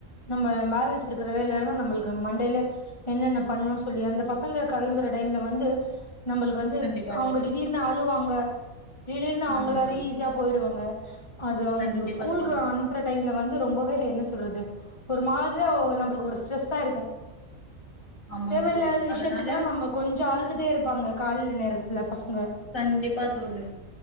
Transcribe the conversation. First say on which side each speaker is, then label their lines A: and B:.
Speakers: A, on the left; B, on the left.
A: நம்ம பேலன்ஸ் இருக்கிற வேலன்னா நம்ளுக்கு மண்டேலே என்னென்ன பண்ணு சொல்லி அந்த பசங்க களம்புற டைம்ல வந்து நம்ளுக் வந்து
B: கண்டிப்பா
A: அவுங்க
B: தோழி
A: டிஜிர்னு அழுவாங்க டிடீர்னு அவுங்களாவே
B: ஆமா தோழி
A: ஈஸியா போய்டுவாங்க அது அவுங்கள
B: கண்டிப்பா
A: ஸ்கூலுக்கு
B: தோழி
A: அனுப்புற டைம்ல வந்து ரொம்பவே என்ன சொல்றது ஒரு மாதிரியா நம்ளுக்கு ஒரு ஸ்ட்ரெஸ்ஸா இருக்கு
B: ஆமா
A: தேவயில்லாத
B: தோழி
A: விஷயத்துக்லா
B: அதனால
A: நம்ம கொஞ்சோ அழுதுட்டே இருப்பாங்க கால்ல நேரத்துல பசங்க
B: கண்டிப்பா தோழி